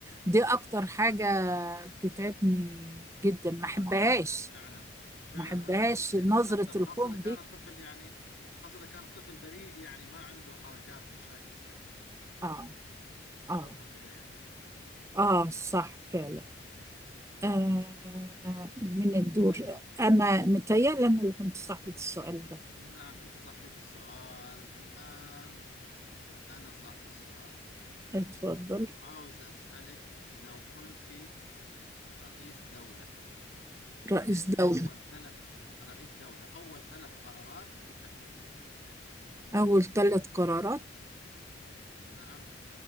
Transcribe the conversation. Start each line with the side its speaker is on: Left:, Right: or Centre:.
Right: دي أكتر حاجة بتتعبني جدا ما
Left: والله
Right: أحبهاش
Left: فعلا فعلا فعلا
Right: ما أحبهاش
Left: انا نفس الشيء
Right: نظرة
Left: اتاثر
Right: الخوف
Left: خاصة اذا
Right: دي
Left: كان الطفل يعني خاصة اذا كان الطفل بريء يعني ما عنده حركات مشاكس يعني
Right: آه آه
Left: اشوفها كذا يعني
Right: آه صح فعلا آه من الدور
Left: طيب
Right: أنا متهيألي أنا اللي كنت صاحبة السؤال ده
Left: نعم انت صاحبية السؤال الان انا صاحب السؤال
Right: اتفضل
Left: عاوز اسالك لو كنت رئيس دولة
Right: رئيس
Left: إيش
Right: دولة
Left: أول ثلاث رئيس دولة أول ثلاث قرارات تتخذين
Right: أول ثلاث قرارات
Left: نعم